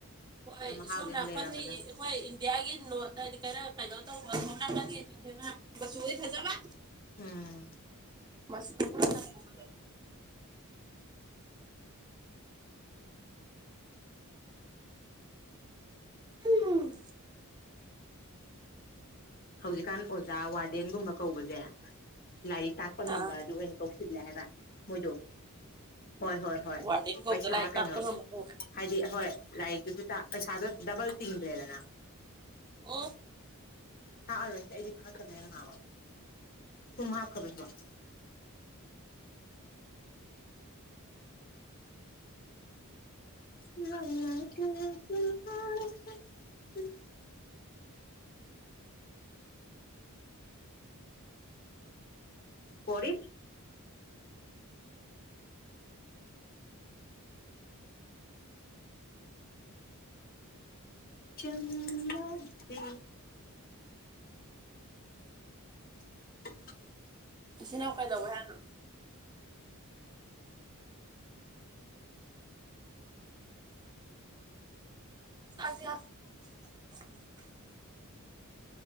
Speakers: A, on the right; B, on the left.
A: ꯍꯣꯏ
B: ꯑꯗꯣ ꯃꯍꯥꯎꯗꯤ
A: ꯁꯣꯝ
B: ꯑꯗꯨꯝ
A: ꯅꯥꯀꯟꯅꯤ
B: ꯂꯩꯔꯝꯃꯗꯕꯅꯤ
A: ꯑꯩꯈꯣꯏ ꯏꯟꯗꯤꯌꯥꯒꯤ ꯅꯣꯠ ꯍꯥꯏꯗꯤ ꯀꯩꯅ ꯀꯩꯅꯣ ꯇꯧꯕ ꯑꯁꯣꯝ ꯅꯥꯀꯟꯒꯤꯖꯤꯡꯗꯨꯅ ꯃꯆꯨꯗꯤ ꯐꯖꯕ
B: ꯎꯝ
A: <unintelligible> ꯍꯨꯝ
B: ꯍꯧꯖꯤꯛꯀꯥꯟ ꯑꯣꯖꯥ ꯋꯥꯔꯗꯦꯟꯒꯨꯝꯕ ꯀꯧꯕꯖꯦ ꯂꯥꯏꯔꯤꯛ ꯇꯥꯛꯄ ꯉꯝꯕ
A: ꯑꯥ
B: ꯑꯗꯨ ꯑꯣꯏꯅ ꯀꯧ <unintelligible> ꯍꯥꯏꯕ ꯃꯣꯏꯗꯣ ꯍꯣꯏ ꯍꯣꯏ ꯍꯣꯏ
A: ꯋꯥꯔꯗꯦꯟ ꯀꯧꯕꯗꯣ
B: ꯄꯩꯁꯥ
A: ꯂꯥꯏꯔꯤꯛ
B: ꯀꯩꯅꯣ
A: ꯇꯥꯛꯄ ꯉꯝꯕ ꯀꯧꯋꯦ
B: ꯍꯥꯏꯗꯤ ꯑꯍꯣꯏ ꯂꯥꯏꯔꯤꯛꯇꯨ ꯗ ꯇ ꯄꯩꯁꯥꯗꯣ ꯗꯕꯜ ꯇꯤꯡꯗ꯭ꯔꯦꯗꯅ
A: ꯑꯣ
B: ꯊꯥꯛ ꯑꯔꯣꯏ ꯑꯩꯗꯤ ꯊꯥꯛꯇꯕꯅ ꯍꯦꯟ ꯍꯥꯎꯋꯦ ꯊꯨꯝ ꯍꯥꯞꯈ꯭ꯔꯕꯣ ꯁꯤꯕꯣ <inaudible> <unintelligible> ꯀꯣꯔꯤ ꯆꯝꯂꯕꯤ <inaudible>
A: ꯏꯆꯦꯅꯥꯎ ꯀꯩꯗꯧꯋꯦ ꯍꯥꯏꯅꯣ <unintelligible>